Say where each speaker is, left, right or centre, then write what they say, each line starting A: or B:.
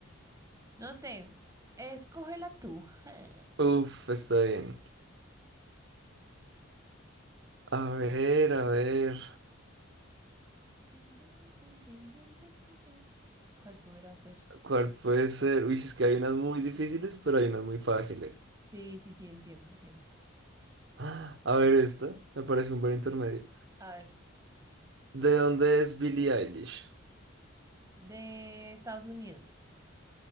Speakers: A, on the right (about 15°); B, on the right (about 55°).
A: no sé, escógela tú. <laughs>
B: Uf, está bien. A ver, a ver,
A: Tin, tirin, tin, tin, tin, tirin, tin. ¿Cuál podrá ser?
B: ¿cuál puede ser? Uy, si es que hay unas muy difíciles, pero hay unas muy fáciles. <gasps>
A: Sí, sí, sí, entiendo, entiendo.
B: Ah, A ver, esta me parece un buen intermedio.
A: A ver,
B: ¿De dónde es Billie Eilish?
A: de Estados Unidos,